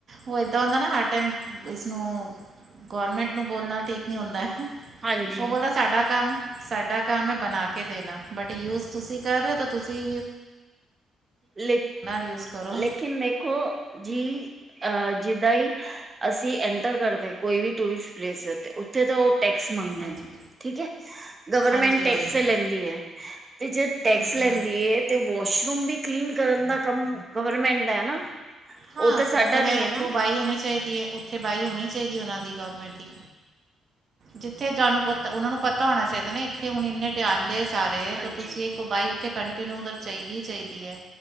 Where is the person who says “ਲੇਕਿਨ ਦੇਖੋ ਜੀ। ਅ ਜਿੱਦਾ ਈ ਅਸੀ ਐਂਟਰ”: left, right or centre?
Right